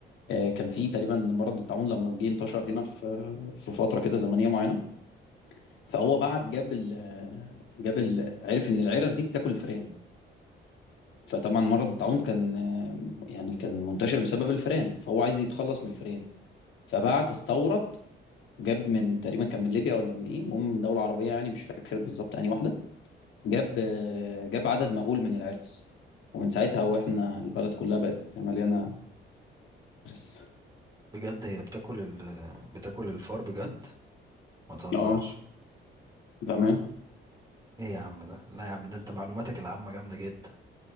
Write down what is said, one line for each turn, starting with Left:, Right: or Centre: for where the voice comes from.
Left: آه، كان في تقريبا مرض الطاعون لما جه انتشر هنا في في فتره كده زمنيه معينه فهو بعت جاب ال... آه، جاب ال... عرف ان العرس دي بتاكل الفئران فطبعا مرض الطاعون كان يعني كان منتشر بسبب الفئران فهو عايز يتخلص من الفئران فبعت استورد جاب من تقريبا كان من ليبيا ولا من ايه المهم من دولة عربية يعني مش فاكر بالظبط انهي واحدة جاب جاب عدد مهول من العرس ومن ساعتها واحنا البلد كلها بقت مليانة عرس
Right: بجد هي بتاكل ال... بتاكل الفار بجد ما تهزرش
Left: اه بأمان
Right: ايه يا عم ده لا يا عم ده انت معلوماتك العامه جامده جدا